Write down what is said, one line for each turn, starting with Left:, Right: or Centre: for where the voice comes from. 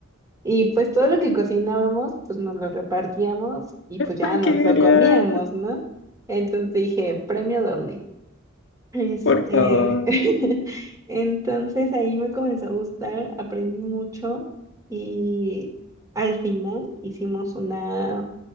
Right: Y pues todo lo que cocinábamos, pues nos lo repartíamos y pues ya
Left: Ay,
Right: nos
Left: qué genial,
Right: lo comíamos, ¿no? Entonces dije, premio doble. Este,
Left: por favor.
Right: <laughs> entonces ahí me comenzó a gustar, aprendí mucho y al final hicimos una,